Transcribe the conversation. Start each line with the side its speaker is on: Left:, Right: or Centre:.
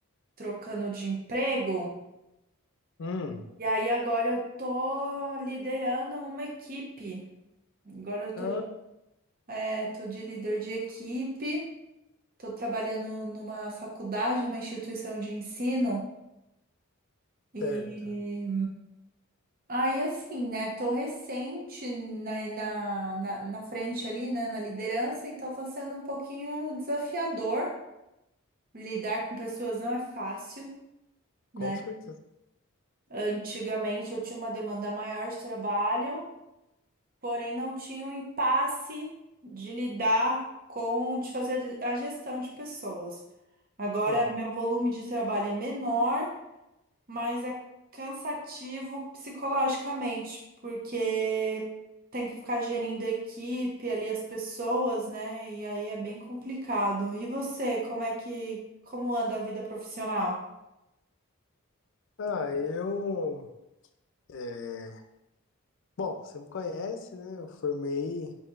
Right: trocando de emprego.
Left: Hum,
Right: E aí agora eu tô liderando uma equipe. Agora eu tô
Left: ah,
Right: É, tô de líder de equipe, tô trabalhando numa faculdade, numa instituição de ensino. E
Left: certo.
Right: aí, assim, né? Tô recente na, na, na, na frente ali, né? Na liderança, então tá sendo um pouquinho desafiador. Lidar com pessoas não é fácil, né?
Left: Com certeza.
Right: Antigamente eu tinha uma demanda maior de trabalho, porém não tinha o impasse de lidar com, de fazer a de- a gestão de pessoas. Agora,
Left: Sim.
Right: meu volume de trabalho é menor, mas é cansativo psicologicamente, porque tem que ficar gerindo a equipe, ali as pessoas, né? E aí é bem complicado. E você, como é que, como anda a vida profissional?
Left: Ah, eu. é, Bom, você me conhece, né? Eu formei